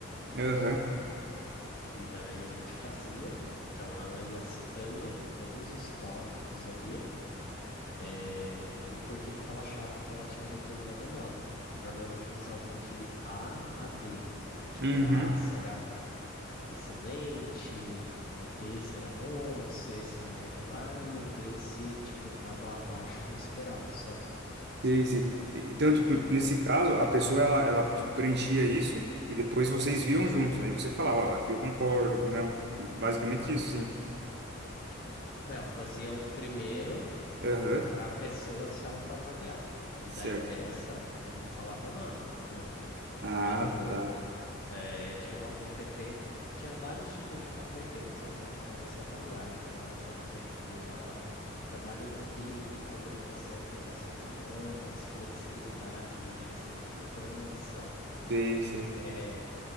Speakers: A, on the right; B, on the left.
A: Aham.
B: E daí a gente fazia, então ela ia citando todos os tópicos ali eh, e o porquê que ela achava que ela tinha determinada nota. Normalmente eu usava de A a D. Tipo,
A: Uhum,
B: A será excelente, o, o B será bom, o C será regular e o D se, tipo, tava abaixo do esperado, sabe?
A: sei, sei. Então, tipo, nesse caso, a pessoa, ela, ela, tipo, preenchia isso e depois vocês viam juntos. Aí você falava, ó, aqui eu concordo, aqui não. Basicamente isso, sim.
B: É, eu fazia o primeiro
A: Aham,
B: para a pessoa se autoavaliar. E
A: certo.
B: daí nessa eu não falava nada, entendeu?
A: Ah,
B: Tipo,
A: tá.
B: É, tinha uma competência, tinha vários tipos de competências lá para ela se avaliar. Então, era, por exemplo, a trabalho em equipe, comunicação e relações humanas, flexibilidade, gestão de mudança,
A: Sei, sei.
B: é,